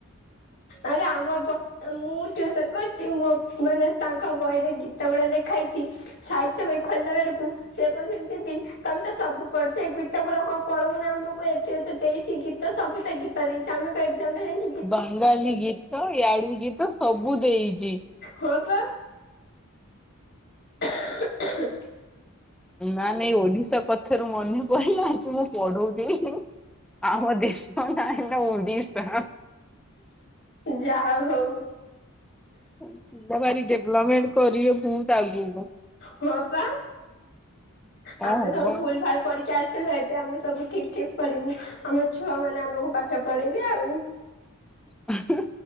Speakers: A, on the left (about 55°); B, in the centre.
A: ଆରେ ଆମ ମୁଁ ଟ୍ୟଉସନ କରିଛି ମୋ ମାନେ ତାଙ୍କ ବହିରେ ଗୀତ ଗୁଡା ଲେଖାଇଛି। ସାହିତ୍ୟ ପାଇଁ ଖୋଲଲା ବେଡକୁ। ସେ କହୁଛନ୍ତି ଦି ତମେ ତ ସବୁ ପଢୁଛ ଏଇ ଗୀତ ଗୁଡା କଣ ପଳଉନ ଆମକୁ ଏଠରୁ ତ ଦେଇଛି ଗୀ ତ ସବୁ ତେ ଗୀତା ଦେଇେ ଆେ କ ଅକ୍କମ୍।
B: ବାଙ୍ଗାଲୀ ଗୀତ ୟାଡୁ ଗୀତ ସବୁ ଦେଇଛି।
A: ହଁ ପା <unintelligible>
B: ନା ନାଇଁ ଓଡିଶା କଥା। ଏଥରୁ ମନେ କହିଲ ଆଜି ମୁଁ ପଢଉଛିି ଆମ ଦେଶ ନାହିଁ। ଦିସ।
A: ଯା ହଉ।
B: ପିଲା ଭାର ଡେଭଲପମେଣ୍ଟ କରିବେ ବହୁତ ଆଗକୁ
A: ହଁ ପା
B: କଣ
A: ଆମେ
B: ହବ
A: ସବୁ ଭୁଲ
B: ଆଉ।
A: ଭଲ ପଢିକି ଆସିୁ ଥିଲୁ ଏବେ ଆମେ ସବୁ ଠିକ ଠିକ ପଳିବୁ ଆମ ଛୁଆ ମାନେ ଆମକୁ ପାଠ ପଢେଇବେି ଆଉ।
B: ହ